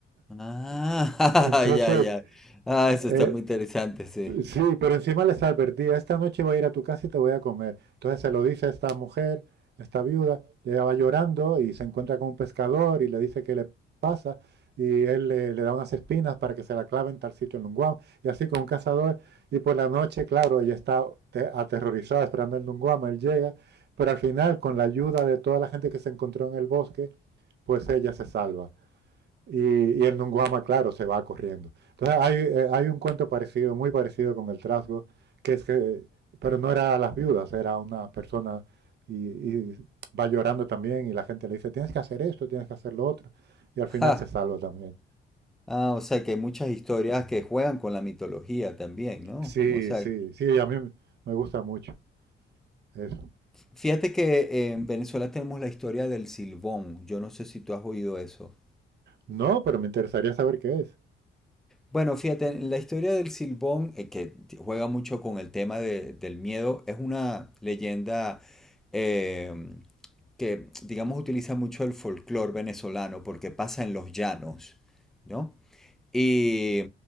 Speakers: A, in the centre; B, on the right (about 60°).
A: Ah,
B: Entonces,
A: <laughs> ya, ya. Ah, eso
B: eh,
A: está muy interesante, sí.
B: Sí, pero encima les advertía, esta noche voy a ir a tu casa y te voy a comer. Entonces se lo dice a esta mujer, a esta viuda, y ella va llorando y se encuentra con un pescador y le dice qué le pasa y él le, le da unas espinas para que se la clave en tal sitio en Lunguam y así con un cazador y por la noche, claro, ella está te- aterrorizada esperando el Lunguam, él llega, pero al final con la ayuda de toda la gente que se encontró en el bosque, pues ella se salva. Y, y, el Nunguama, claro, se va corriendo. Entonces hay, eh, hay, un cuento parecido, muy parecido con el trasgo, que es que, pero no era a las viudas, era una persona y, y, va llorando también y la gente le dice, tienes que hacer esto, tienes que hacer lo otro, y al final
A: Ja.
B: se salva también.
A: Ah, o sea que hay muchas historias que juegan con la mitología también, ¿no?
B: Sí,
A: O sea,
B: sí, sí, a mí me me gusta mucho eso.
A: fíjate que en Venezuela tenemos la historia del Silbón. Yo no sé si tú has oído eso.
B: No, pero me interesaría saber qué es.
A: Bueno, fíjate, la historia del Silbón, eh, que t- juega mucho con el tema de- del miedo, es una leyenda eh, que, digamos, utiliza mucho el folclore venezolano porque pasa en los llanos, ¿no? Y